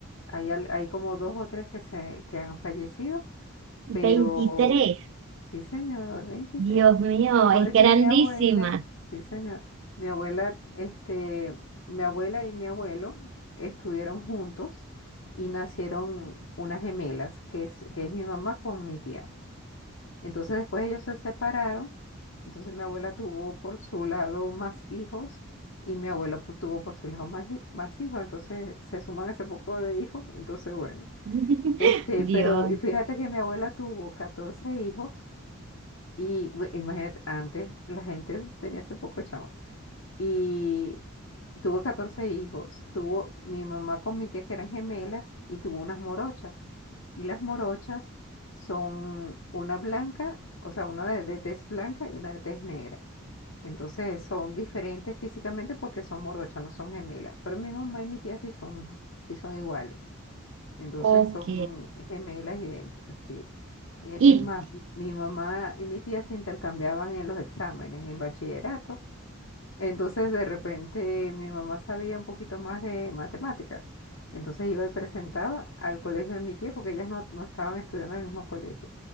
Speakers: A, on the left; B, on the right.
A: Hay, al- hay como dos o tres que, se, que han fallecido Pero,
B: Veintitrés.
A: sí, señor, veintitrés
B: Dios mío,
A: Porque
B: es grandísima.
A: mi abuela, sí, señor, mi abuela, este, mi abuela y mi abuelo estuvieron juntos y nacieron unas gemelas, que es, que es mi mamá con mi tía. Entonces después ellos se separaron, entonces mi abuela tuvo por su lado más hijos y mi abuelo pu- tuvo por su lado más, hi- más hijos, entonces se suman ese poco de hijos, entonces bueno.
B: <laughs>
A: Este,
B: Dios.
A: pero y fíjate que mi abuela tuvo 14 hijos y bu- imagínate, antes la gente tenía ese poco chavo. Y tuvo 14 hijos. Tuvo mi mamá con mi tía que eran gemelas y tuvo unas morochas. Y las morochas son una blanca, o sea, una de, de tez blanca y una de tez negra. Entonces son diferentes físicamente porque son morochas, no son gemelas. Pero mi mamá y mi tía sí son, sí son iguales. Entonces
B: Ok.
A: son gemelas idénticas, sí. E-
B: ¿Y
A: Es más, mi mamá y mi tía se intercambiaban en los exámenes, en bachillerato. Entonces de repente mi mamá sabía un poquito más de matemática. Entonces iba y presentaba al colegio de mi tía porque ellas no, no estaban estudiando en el mismo colegio.